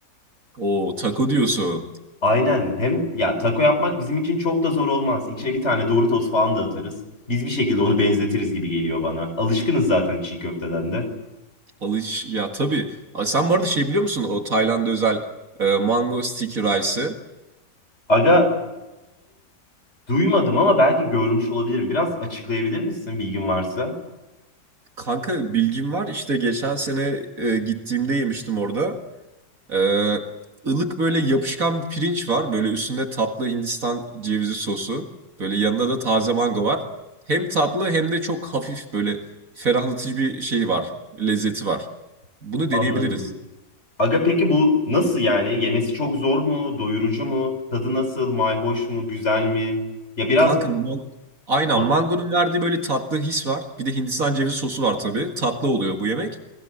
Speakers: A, on the right; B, on the left.
A: O taco diyorsun.
B: Aynen. Hem ya taco yapmak bizim için çok da zor olmaz. İçine bir tane Doritos falan da atarız. Biz bir şekilde onu benzetiriz gibi geliyor bana. Alışkınız zaten çiğ köfteden de.
A: Alış ya tabii. Ay, sen bu arada şey biliyor musun? O Tayland'a özel e, mango sticky rice'ı.
B: Aga, Duymadım ama belki görmüş olabilirim. Biraz açıklayabilir misin bilgin varsa?
A: Kanka bilgim var. İşte geçen sene e, gittiğimde yemiştim orada. Ee, ılık böyle yapışkan bir pirinç var. Böyle üstünde tatlı Hindistan cevizi sosu. Böyle yanında da taze mango var. Hem tatlı hem de çok hafif böyle ferahlatıcı bir şey var. Lezzeti var. Bunu
B: Anladım.
A: deneyebiliriz.
B: Aga peki bu nasıl yani? Yemesi çok zor mu? Doyurucu mu? Tadı nasıl? Mayhoş mu? Güzel mi? Ya biraz
A: Kanka man- aynen
B: ba-
A: mangonun verdiği böyle tatlı his var. Bir de Hindistan cevizi sosu var tabii. Tatlı oluyor bu yemek.